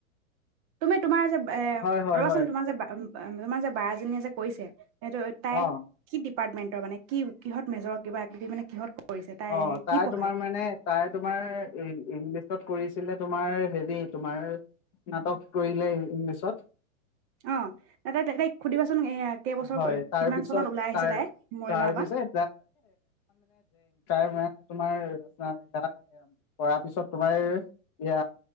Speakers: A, on the right (about 30°); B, on the left (about 30°).
A: তুমি তোমাৰ যে এ
B: হয় হয়
A: ৰবাচোন
B: হয়
A: তোমাৰ যে তোমাৰ যে বা এজনীয়ে যেন কৰিছে সেইটো তাই
B: অ
A: কি ডিপাৰটমেণ্টৰ মানে কি কিহত মেজৰ কিবা কিবি মানে কিহত কৰিছে তাই
B: অ
A: হেৰি
B: তাই
A: কি পঢ়ায়
B: তোমাৰ মানে তাই তোমাৰ ই ইংলিছ ত কৰিছিলে তোমাৰ হেৰি তোমাৰ স্নাতক কৰিলে ইংলিছত
A: অ তা তাই তাইক সুধিবাচোন এ কেইবছৰ
B: হয় তাৰপিছত
A: কিমান চনত ওলাই আহিছে
B: তাৰ
A: তাই মৰিগাঁওৰ
B: তাৰপিছত
A: পা
B: তোমাৰ তোমাৰ অ কৰাৰ পিছত তোমাৰ ইয়া